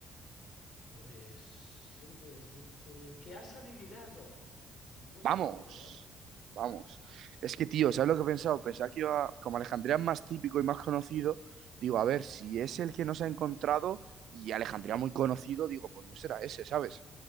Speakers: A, on the left; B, on the right.
A: Pues siento decirte que has adivinado. Muy
B: ¡Vamos!
A: bien, Iván.
B: Vamos. Es que,
A: Muy
B: tío,
A: bien.
B: ¿sabes lo que he pensado? Pensaba que iba, como Alejandría es más típico y más conocido, digo, a ver, si es el que nos ha encontrado y Alejandría muy conocido, digo, pues no será ese, ¿sabes?